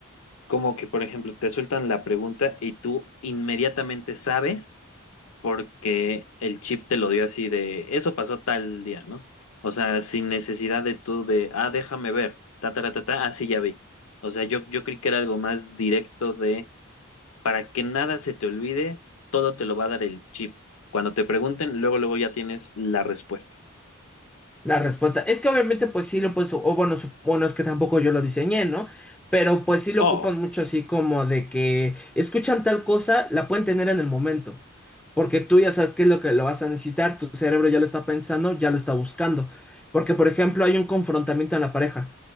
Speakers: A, on the left (about 75°); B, in the centre.
A: como que, por ejemplo, te sueltan la pregunta y tú inmediatamente sabes porque el chip te lo dio así de, eso pasó tal día, ¿no? O sea, sin necesidad de tú de, ah, déjame ver, ta, ta, ta, ta, ta, ah, sí, ya vi. O sea, yo, yo creí que era algo más directo de Para que nada se te olvide, todo te lo va a dar el chip. Cuando te pregunten, luego, luego ya tienes la respuesta.
B: La respuesta es que obviamente pues sí lo pues o bueno, su- bueno es que tampoco yo lo diseñé, ¿no? Pero pues sí lo
A: Oh,
B: ocupan mucho así como de que escuchan tal cosa, la pueden tener en el momento, porque tú ya sabes qué es lo que lo vas a necesitar, tu cerebro ya lo está pensando, ya lo está buscando. Porque por ejemplo hay un confrontamiento en la pareja,